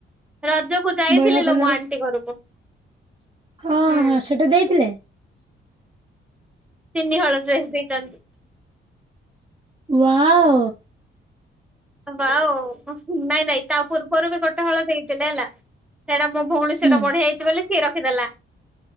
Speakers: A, in the centre; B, on the right.
A: ରଜକୁ ଯାଇଥିଲିଲୋ
B: ବଢିଆ କଲର
A: ମୁଁ ଆଣ୍ଟି ଘରକୁ।
B: ହଁ
A: ହୁଁ
B: ହଁ ସେଟା ଦେଇଥିଲେ।
A: ତିିନି ହଳ ଡ୍ରେସ ଦେଇଛନ୍ତି।
B: ୱାଓ।
A: ନାଇଁ ନାଇଁ ତା ପୂର୍ବରୁ ବି ଗୋଟେ ହଳ ଦେଇଥିଲେ ହେଲା ସେଟା ମୁଁ ଭଉଣୀ
B: ହୁଁ
A: ସେଟା ବଢିଆ ହୋଇଛି ବୋଲି ସିଏ ରଖିଦେଲା।